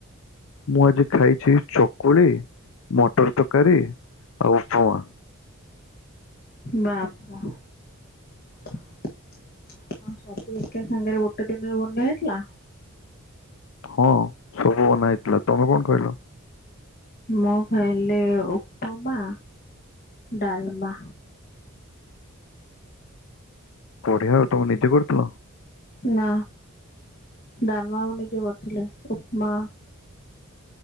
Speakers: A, on the left; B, on the left.
A: ମୁଁ ଆଜି ଖାଇଛି ଚକୁଳି ମଟର ତରକାରୀ ଆଉ ଉପମା।
B: ବା ବା କଣ ସବୁ ଏକା ସାଙ୍ଗରେ ଗୋଟେ ଦିନରେ ବନା ହେଇଥିଲା।
A: ହଁ ସବୁ ବନା ହେଇଥିଲା। ତମେ କଣ ଖାଇଲ?
B: ମୁଁ ଖାଇଲି ଉପମା, ଡାଲମା।
A: ବଢିଆ ଆଉ ତମେ ନିଜେ କରିଥିଲ?
B: ନା ଡାଲମା ମୁଁ ନିଜେ କରିଥିଲି। ଉପମା